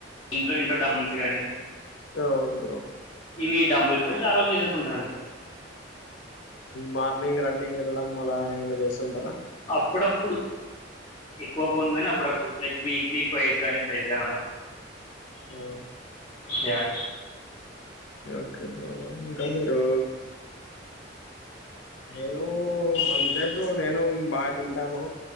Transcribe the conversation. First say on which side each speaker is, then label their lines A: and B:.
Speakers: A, on the left; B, on the left.
A: ఇంట్లో ఇంట్లో డంబుల్స్ గానీ
B: అవును బ్రో
A: ఇవి డంబెల్స్ చాలా వరకు చేసేసుకుంటాను అంతే
B: మార్నింగ్ రన్నింగ్ ఎళ్ళడం అలా ఏమన్నా చేస్తుంటారా
A: అప్పుడప్పుడు ఎక్కువ పోను కాని అప్పుడప్పుడు లైక్ వీక్లీ ట్వైస్ గానీ ట్రైస్ గానీ అలా
B: ఓ
A: య
B: ఒకే బ్రో ఇంకా మీరు నేను అంతే బ్రో నేను బా తింటాను